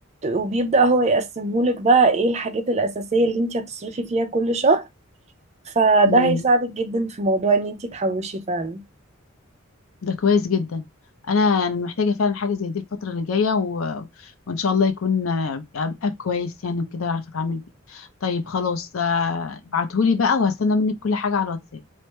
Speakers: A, on the right (about 30°); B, on the left (about 80°).
A: وبيبدأ هو يقسمه لك بقى ايه الحاجات الأساسية اللي انت هتصرفي فيها كل شهر فده
B: اه
A: هيساعدك جدا في موضوع ان انت تحوشي فعلا
B: ده كويس جدا انا يعني محتاجه فعلا حاجه زي دي الفتره اللي جايه و... وان شاء الله يكون آه، اب كويس يعني وكده اعرف اتعامل بيه طيب خلاص آه، ابعتهولي بقى وهستنى منك كل حاجه على الواتساب